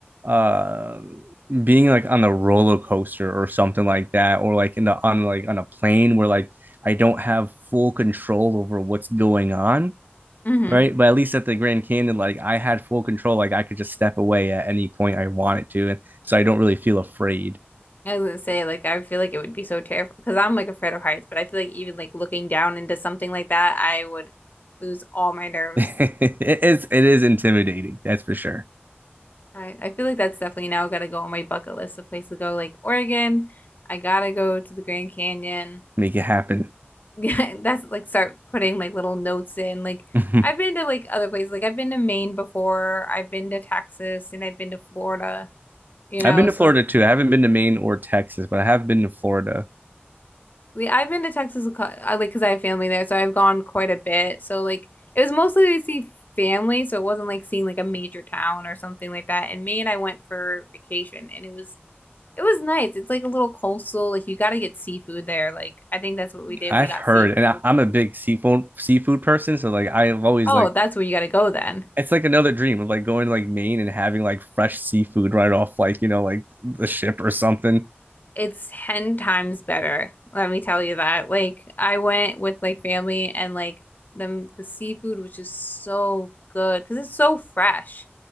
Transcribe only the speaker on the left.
hmm
I was gonna say, like, I feel like it would be so terrifying because I'm like afraid of heights, but I feel like even like looking down into something like that, I would lose all my nerves.
I, I feel like that's definitely now gotta go on my bucket list of places to go, like Oregon. I gotta go to the Grand Canyon.
<laughs> That's like start putting like little notes in. Like,
I've been to like other places, like, I've been to Maine before, I've been to Texas, and I've been to Florida, you know,
so
We I've been to Texas a cou- I- like because I have family there, so I've gone quite a bit. So like it was mostly to see family, so it wasn't like seeing like a major town or something like that. And Maine, I went for vacation, and it was it was nice. It's like a little coastal. Like you got to get seafood there. Like I think that's what we did.
We got
seafood.
Oh,
that's where you got to go then.
It's 10 times better. Let me tell you that. Like I went with like family and like them the seafood was just so good because it's so fresh